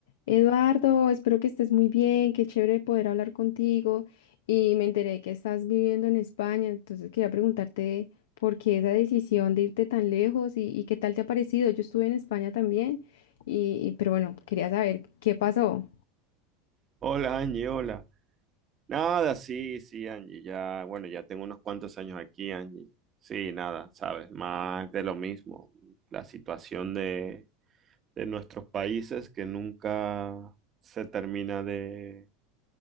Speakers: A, on the left; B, on the right.
A: Eduardo, espero que estés muy bien, qué chévere poder hablar contigo y me enteré que estás viviendo en España, entonces quería preguntarte por qué esa decisión de irte tan lejos y, y qué tal te ha parecido. Yo estuve en España también y, y- pero bueno, quería saber qué pasó
B: Hola Angie, hola. Nada, sí, sí, Angie, ya, bueno, ya tengo unos cuantos años aquí, Angie. Sí, nada, sabes, más de lo mismo. La situación de, de nuestros países que nunca se termina de,